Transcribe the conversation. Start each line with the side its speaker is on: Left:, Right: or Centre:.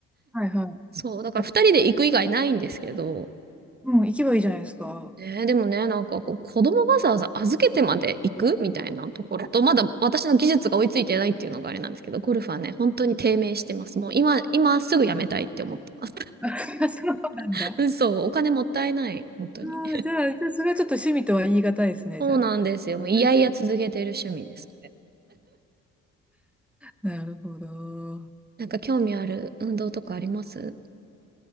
Centre: はいはい。
Right: そう、だから二人で行く以外ないんですけど、
Centre: あうん、行けばいいじゃないですか。
Right: ね、でもね、なんかこう、子供わざわざ預けてまで行くみたいなところと、まだ私の技術が追いついてないっていうのがあれなんですけど、ゴルフはね、本当に低迷してます。もう今、今すぐやめたいって思ってます。
Centre: <laughs> そうなんだ。
Right: <laughs>
Centre: あ
Right: うんそう、お金もったいない、本当に。
Centre: あじゃあ、じゃあ、それはちょっと趣味とは言い難いですね、
Right: そうなんですよ。
Centre: じゃあ。
Right: もういやいや続けてる趣味です。
Centre: <laughs> なるほど。
Right: なんか興味ある運動とかあります